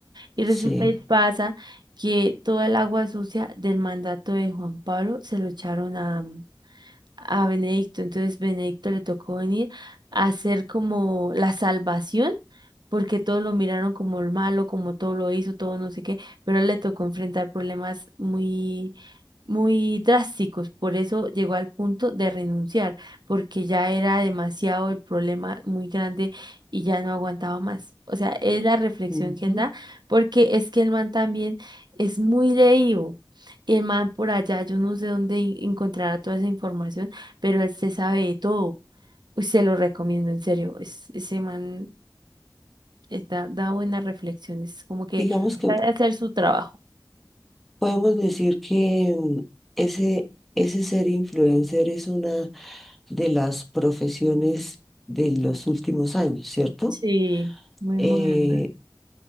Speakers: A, on the right (about 70°); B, in the centre.
A: Y
B: sí.
A: resulta y pasa que toda el agua sucia del mandato de Juan Pablo se lo echaron a, a Benedicto. Entonces Benedicto le tocó venir a hacer como la salvación, porque todos lo miraron como el malo, como todo lo hizo, todo no sé qué, pero a él le tocó enfrentar problemas muy muy drásticos, por eso llegó al punto de renunciar, porque ya era demasiado el problema muy grande y ya no aguantaba más. O sea, es la reflexión
B: Ujú.
A: que él da, porque es que el man también es muy leído. Y el man por allá, yo no sé dónde en- encontrará toda esa información, pero él se sabe de todo. Uy, se lo recomiendo, en serio. es- ese man está, da buenas reflexiones, como que
B: Digamos que
A: sabe hacer su trabajo.
B: podemos decir que mm, ese, ese ser influencer es una de las profesiones de los últimos años, ¿cierto?
A: Sí. Muy
B: Eh,
A: moderna.